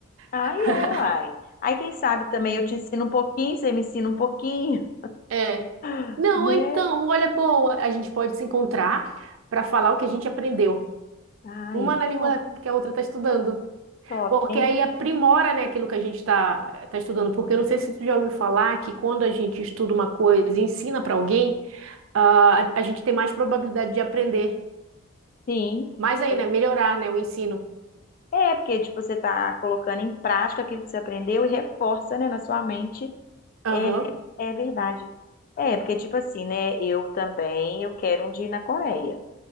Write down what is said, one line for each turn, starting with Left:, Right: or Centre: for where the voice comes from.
Left: Ai,
Right: <laughs>
Left: é, uai. Aí, quem sabe também eu te ensino um pouquinho, você me ensina um pouquinho,
Right: É.
Left: <laughs>
Right: Não,
Left: né?
Right: então, olha, boa, a gente pode se encontrar para falar o que a gente aprendeu.
Left: Ai,
Right: Uma na língua
Left: top,
Right: que a outra está estudando.
Left: top,
Right: Porque
Left: hein?
Right: aí aprimora, né, aquilo que a gente está tá estudando. Porque eu não sei se tu já ouviu falar que quando a gente estuda uma coisa e ensina para alguém, ah, a, a gente tem mais probabilidade de aprender.
Left: Sim.
Right: Mais aí,
Left: é
Right: né? Melhorar, né, o ensino.
Left: É, porque, tipo, você está colocando em prática aquilo que você aprendeu e reforça, né, na sua mente.
Right: Aham,
Left: É, é verdade. É, porque, tipo assim, né, eu também, eu quero um dia ir na Coreia.